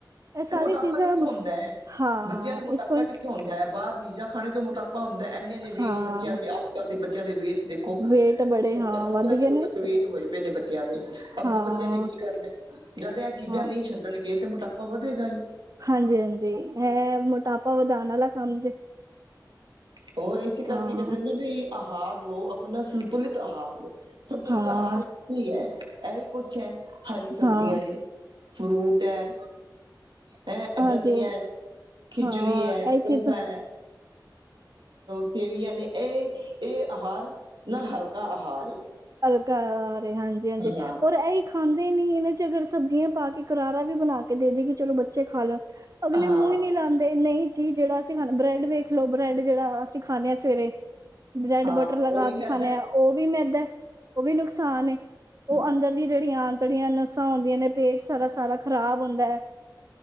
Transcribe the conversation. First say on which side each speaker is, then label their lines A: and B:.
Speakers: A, on the right (about 45°); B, on the right (about 75°).
A: ਇਹ ਸਾਰੀ
B: ਤੇ ਮੋਟਾਪਾ
A: ਚੀਜ਼ਾਂ
B: ਕਿਥੋਂ ਹੁੰਦਾ ਹੈ।
A: ਹਾਂ
B: ਬੱਚਿਆਂ ਨੂੰ ਮੋਟਾਪਾ
A: ਇੱਥੋਂ ਹੀ
B: ਕਿਥੋ ਹੁੰਦਾ ਹੈ। ਬਾਰ ਦੀ ਚੀਜ਼ਾ ਖਾਣੇ ਤੋ ਮੋਟਾਪਾ ਹੁੰਦਾ ਇਨੇ ਇਨੇ ਵੇਟ
A: ਹਾਂ
B: ਬੱਚਿਆਂ ਦੇ ਅਜ ਕਲ ਦੇ ਬੱਚਿਆਂ ਦੇ ਵੇਟ ਦੇਖੋ
A: ਵੇਟ ਬੜੇ
B: ਸੱਤਰ
A: ਹਾਂ
B: ਸੱਤਰ
A: ਵੱਧ
B: ਕਿਲੋ
A: ਗਏ ਨੇ
B: ਤੱਕ ਵੇਟ ਹੋਏ ਪਏ ਨੇ ਬਚਿਆ ਦੇ ਅਗੋਂ
A: ਹਾਂ
B: ਬੱਚਿਆਂ ਨੇ ਕੀ ਕਰਨਾ ਜਦ ਇਹ ਚੀਜਾ
A: ਹਾਂ
B: ਨਹੀ ਛੱਡਣਗੇ ਤੇ ਮੋਟਾਪਾ ਵਧੇਗਾ ਈ।
A: ਹਾਂਜੀ ਹਾਂਜੀ ਇਹ ਮੋਟਾਪਾ ਵਧਾਉਣ ਵਾਲਾ ਕੰਮ ਜੇ
B: ਹੋਰ ਇਸ ਕਰਕੇ
A: ਹਾਂ,
B: ਕਹਿਦੇ ਨਾ ਵੀ ਆਹਾਰ ਲੋਓ ਆਪਣਾ ਸੰਤੁਲਿਤ ਆਹਾਰ ਲਓ ਸੰਤੁਲਿਤ
A: ਹਾਂ,
B: ਆਹਾਰ ਵਿਚ ਕੀ ਹੈ। ਇਹੀ ਕੁਛ ਹੈ। ਹਰੀ ਸਬਜ਼ੀਆਂ
A: ਹਾਂ,
B: ਨੇ ਫਰੂਟ ਹੈ। ਐ
A: ਹਾਂਜੀ
B: ਦਲੀਆ ਖਿਚੜੀ
A: ਹਾਂ
B: ਹੈ।
A: ਇਹ
B: ਪੋਹਾ
A: ਚੀਜ਼
B: ਹੈ। ਸੇਵੀਆਂ ਨੇ ਇਹ- ਇਹ ਆਹਾਰ ਨਾ ਹਲਕਾ ਆਹਾਰ
A: ਹਲਕਾ ਆਹਾਰ ਏ ਹਾਂਜੀ- ਹਾਂਜੀ
B: ਹਾਂ
A: ਔਰ ਇਹ ਹੀ ਖਾਂਦੇ ਨੀ ਇਹਨਾਂ 'ਚ ਅਗਰ ਸਬਜ਼ੀਆਂ ਪਾ ਕੇ ਕਰਾਰਾ ਵੀ ਬਣਾ ਕੇ ਦੇਦੇ ਕਿ ਚਲੋ ਬੱਚੇ ਖਾ ਲੈਣ ਅਗਲੇ
B: ਹਾਂ
A: ਮੂੰਹ ਹੀ ਨਹੀ ਲਾਂਦੇ ਨਹੀ ਜੀ ਜਿਹੜਾ ਅਸੀ ਬਰੈਡ ਵੇਖ ਲਓ ਬ੍ਰੈਡ ਜਿਹੜਾ ਅਸੀ ਖਾਂਦੇ ਹਾਂ ਸਵੇਰੇ ਬ੍ਰੈਡ
B: ਹਾਂ
A: ਬਟਰ ਲਗਾ
B: ਉਹ ਵੀ
A: ਕੇ
B: ਮੈਦਾ
A: ਖਾਣੇ ਆ। ਉਹ ਵੀ ਮੈਦਾ ਏ ਉਹ ਵੀ ਨੁਕਸਾਨ
B: ਏ।
A: ਉਹ ਅੰਦਰ ਦੀ ਜਿਹੜੀ ਆ ਜੇੜੀਆਂ ਨਸਾਂ ਹੁੰਦੀਆਂ ਨੇ ਪੇਟ ਸਾਰਾ ਸਾਰਾ ਖਰਾਬ ਹੁੰਦਾ ਏ